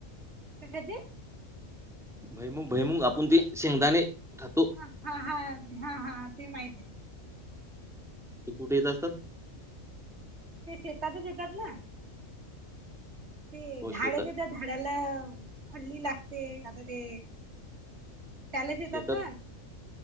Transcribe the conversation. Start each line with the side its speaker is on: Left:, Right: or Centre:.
Right: कशाचे?
Centre: भुईमूग, भुईमूग आपण ते शेंगदाणे खातो
Right: हा हा हा हा.. ते माहिती आहे.
Centre: ते कुठे येत असतात
Right: ते शेतातच येतात ना. ते
Centre: हो
Right: झाड
Centre: शेतात
Right: ते तर झाडाला फळली लागते आता ते त्यालाच येतात
Centre: शेतात
Right: ना